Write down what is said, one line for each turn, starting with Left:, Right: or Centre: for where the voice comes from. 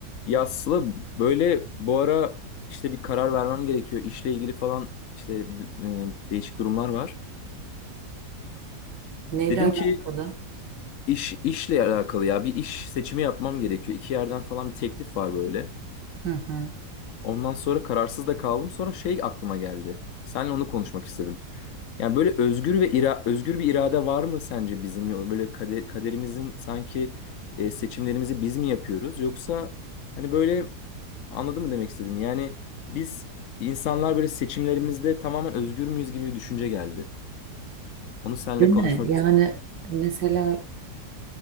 Left: Ya Sıla böyle bu ara işte bir karar vermem gerekiyor. İşle ilgili falan işte d- e, değişik durumlar var.
Right: Neyle
Left: Dedim
Right: alakalı?
Left: ki iş işle alakalı ya bir iş seçimi yapmam gerekiyor. İki yerden falan bir teklif var böyle.
Right: Hı hı.
Left: Ondan sonra kararsız da kaldım. Sonra şey aklıma geldi. Seninle onu konuşmak istedim. Yani böyle özgür ve ira özgür bir irade var mı sence bizim? Yo- Böyle kade- kaderimizin sanki e, seçimlerimizi biz mi yapıyoruz? Yoksa hani böyle Anladın mı demek istedim? Yani biz insanlar böyle seçimlerimizde tamamen özgür müyüz gibi bir düşünce geldi. Onu seninle
Right: Değil mi?
Left: konuşmak
Right: Yani
Left: istedim.
Right: mesela